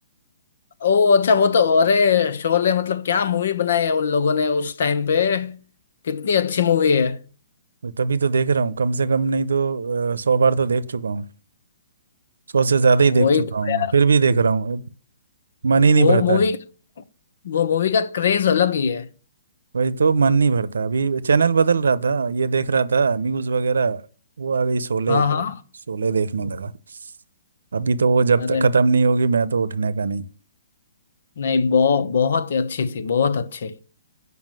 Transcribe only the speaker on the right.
तो तभी तो देख रहा हूँ कम से कम नहीं तो अ, सौ बार तो देख चुका हूँ सौ से ज्यादा
ही देख चुका
हूँ
मैं फिर भी देख रहा हूँ मन ही नहीं
भरता
वही तो मन नहीं भरता अभी चैनल बदल रहा था ये देख रहा था न्यूज़ वगैरह वो आ गई शोले
तो
शोले देखने लगा अभी तो वो जब
तक खत्म नहीं होगी मैं तो उठने का नहीं